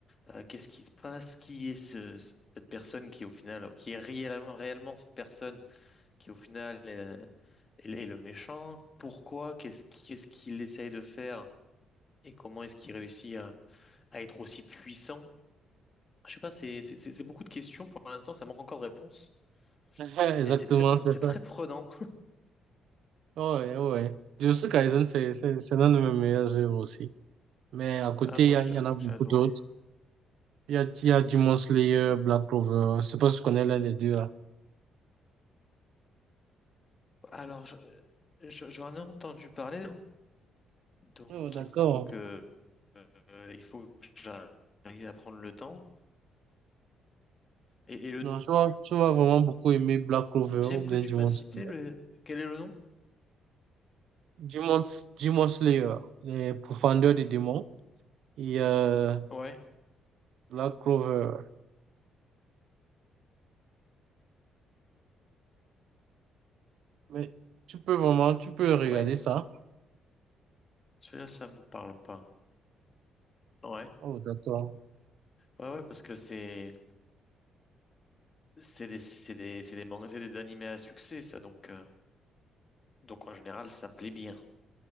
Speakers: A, on the left; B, on the right.
A: Euh, qu'est-ce qui se passe? Qui est ce, ce- cette personne qui au final, qui est réellement, réellement cette personne qui au final euh, est, est le méchant? Pourquoi? Qu'est-ce, qu'est-ce qu'il essaye de faire? Et comment est-ce qu'il réussit à, à être aussi puissant? Je sais pas, c'est c'est- c'est- c'est beaucoup de questions. Pour l'instant, ça manque encore de réponses.
B: <laughs>
A: Mais
B: Exactement,
A: c'est très, pre-
B: c'est
A: c'est
B: ça.
A: très prenant.
B: Ouais, ouais. Jujutsu Kaisen, c'est c'est- c'est l'un de mes meilleurs œuvres aussi. Mais à côté,
A: Ah, moi,
B: il y, a-
A: j'avoue
B: il y en a
A: que
B: beaucoup
A: j'ai adoré.
B: d'autres. Il y a, il y a Demon Slayer, Black Clover. Je sais pas si tu connais l'un des deux.
A: Alors, je- je- j'en ai entendu parler. Donc
B: Oh, d'accord.
A: il faut que euh, il faut que j'arrive à prendre le temps. Et, et le
B: Non, je vois- tu vas vraiment beaucoup aimer Black Clover
A: deuxième
B: ou bien
A: que tu
B: Demon
A: m'as cité,
B: Slayer.
A: le quel est le nom?
B: Demon, Demon Slayer, les profondeurs des démons et euh,
A: Ouais,
B: Black Clover. Mais tu peux vraiment, tu peux regarder
A: ouais.
B: ça.
A: Celui-là, ça me parle pas. Ouais,
B: Oh, d'accord.
A: ouais, ouais, parce que c'est c'est des c'est des c'est des mangas, c'est des animés à succès, ça. Donc euh, donc en général, ça plaît bien.